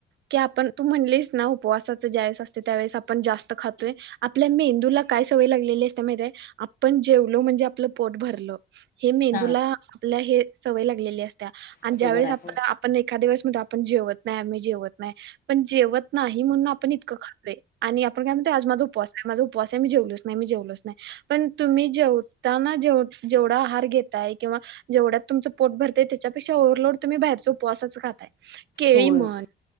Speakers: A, on the right; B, on the left.
A: की आपण तू म्हणलीस ना उपवासाच ज्यावळेस असते त्यावेळेस आप पण जास्त खातोय आपल्या मेंदूला काय सवय लागलेली असत्या माहितेय आपण जेवलो म्हणजे आपल पोट भरलं हे मेंदूला
B: हा
A: आपल्या हे सवय लागलेली अस आणि
B: बरोबर
A: ज्यावेेळेस
B: आहे
A: आप आपण एखा्या वेळेस आपण जेवत नाही आम्ही जेवत नाही पण जेवत नाही म्हणून आपण इतकं खातोय आणि आपण काय म्हणतोय आज माझ उपवास आहै उपवास आहे मी जेवलोच नाही मी जेवलोच नाही पण तुम्ही जेवताना जेवढा आहार घेताय किंवा जेवढ्यात तुमच पोट भरतेय त्याच्यापेक्षा ओ्व्हरलोड तुम्ही बाहेरच उपवासच खाताय केळी
B: होय
A: म्हण